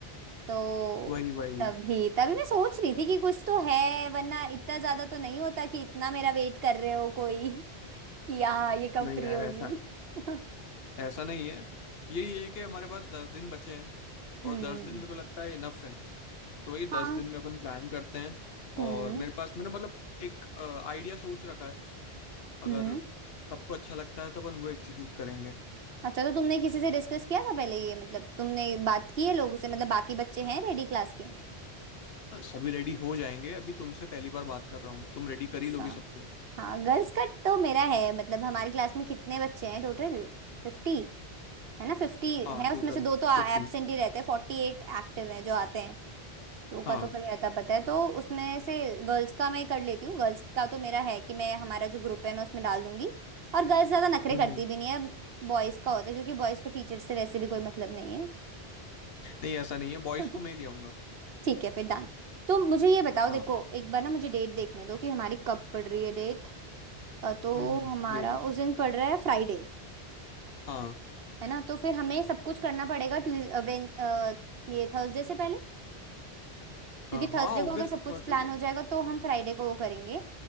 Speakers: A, on the right; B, on the left.
A: तो
B: वही वही
A: तभी तभी मैं सोच रही थी कि कुछ तो है वरना इतना ज्यादा तो नहीं होता कि इतना मेरा वेट कर रहे हो कोई <laughs> कि हाँ ये कब
B: नहीं
A: फ्री
B: यार
A: होगी
B: ऐसा
A: <laughs>
B: ऐसा नहीं है यही यही कि हमारे पास दस दिन बचे हैं
A: हम्म
B: और दस दिन मेरे को लगता है इनफ है तो वही
A: हाँ
B: दस दिन में अपन प्लान करते हैं
A: हम्म
B: और मेरे पास मैंने मतलब एक आइडिया सोच रखा है अगर
A: हम्म
B: सबको अच्छा लगता है तो अपन वो एग्जीक्यूट करेंगे
A: अच्छा तो तुमने किसी से डिस्कस किया था पहले ये मतलब तुमने बात की है लोगों से मतलब बाकी बच्चे हैं रेडी क्लास के
B: अ, सभी रेडी हो जाएंगे अभी तुमसे पहली बार बात कर रहा हूँ तुम रेडी
A: अच्छा
B: कर ही लोगे सबको
A: हाँ गर्ल्स का तो मेरा है मतलब हमारी क्लास में कितने बच्चे हैं टोटल फिफ्टी है ना फिफ्टी
B: हाँ
A: है
B: टोटल
A: उसमें से दो तो
B: फिफ्टी
A: एब्सेंट ही रहते हैं फोर्टी एट एक्टिव हैं जो आते हैं दो का
B: हाँ
A: तो कहीं आता पता है तो उसमें से गर्ल्स का मैं कर लेती हूँ गर्ल्स का तो मेरा है कि मैं हमारा जो ग्रुप है मैं उसमें डाल दूंगी और गर्ल्स ज्यादा नखरे
B: हम्म
A: करती
B: हम्म
A: भी नहीं है बॉयज का होता है क्योंकि बॉयज को टीचर से वैसे भी कोई मतलब नहीं है
B: नहीं ऐसा नहीं है बॉयज
A: <laughs>
B: को मैं ले आऊंगा
A: ठीक है फिर डन तो मुझे ये बताओ
B: हाँ
A: देखो एक बार ना मुझे डेट देखने दो कि हमारी कब पड़ रही है डेट अ, तो
B: हम्म हम्म
A: हमारा
B: देखो
A: उस दिन पड़ रहा है फ्राइडे
B: हाँ
A: है ना तो फिर हमें सब कुछ करना पड़ेगा ट्यूज अ, वेन अ, ये थर्सडे से पहले क्योंकि
B: अ,
A: थर्सडे
B: हाँ ऑब्वियसली
A: को अगर सब कुछ
B: थर्सडे
A: प्लान हो जाएगा तो हम फ्राइडे को वो करेंगे